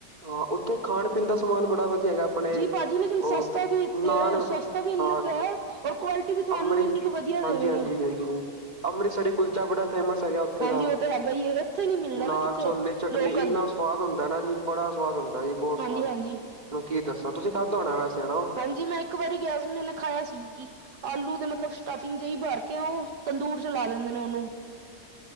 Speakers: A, on the right; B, on the right.
A: ਹਾਂ, ਓਥੇ ਖਾਨ-ਪੀਨ ਦਾ ਸਮਾਨ ਬੜਾ ਵ ਧੀ ਹੈਗਾ ਅਪਨੇ,
B: ਜੀ ਭਾਜੀ ਲੇਕਿਨ
A: ਓ,
B: ਸਸਤਾ ਵੀ ਇੱਥੇ
A: ਨਾਨ,
B: ਹੈ ਸਸਤਾ ਵੀ ਇੰਨਾ
A: ਆ,
B: ਕੁ ਹੈ ਔਰ ਕੁਆਲਿਟੀ ਵੀ ਤੁਹਾਨੂੰ
A: ਅੰਮ੍ਰਿਤ
B: ਇੰਨੀ ਕੁ ਵਧੀਆ ਦੇਵੇਗੇ
A: ਜੀ ਆਜੀ, ਜੀ ਆਜੀ ਓ, ਅੰਮ੍ਰਿਤਸਰ ਕੁਲਚਾ ਬੜਾ ਫੇਮਸ ਹੈਗਾ ਓਥੇ
B: ਹਾਂਜੀ
A: ਦਾ,
B: ਉਹ ਤਾਂ ਹੈਗਾ ਹੀ ਹੈ ਇੱਥੇ ਨੀ ਮਿਲਦਾ
A: ਨਾਲ
B: ਨਾ ਕਿੱਥੇ
A: ਛੋਲੇ ਚਟਨੀ
B: ਲੋਕਲ
A: ਇੰਨਾ ਸਵਾਦ ਹੁੰਦਾ ਨਾ ਜੀ ਬੜਾ ਸੁਵਾਦ ਹੁੰਦਾ ਜੇ ਬੋਤ ਸਵਾਦ,
B: ਹਾਂਜੀ ਹਾਂਜੀ
A: <unintelligible> ਨੂੰ ਕੀ ਦੱਸਾਂ ਤੁਸੀਂ ਖਾਧਾ ਹੋਨਾ ਵੈਸੇ ਓ
B: ਜੀ ਮੈਂ ਇੱਕ ਵਾਰੀ ਗਿਆ ਸੀ, ਮੈਨੇ ਖਾਆ ਸੀ, ਜੀ ਆਲੂ ਦੇ ਮਤਲਬ ਸਟਫਿੰਗ ਜੇਈ ਬਰ ਕੇ ਓ ਤੰਦੂਰ ਚ ਲਾ ਦਿੰਦੇ ਨੇ ਓਨੂੰ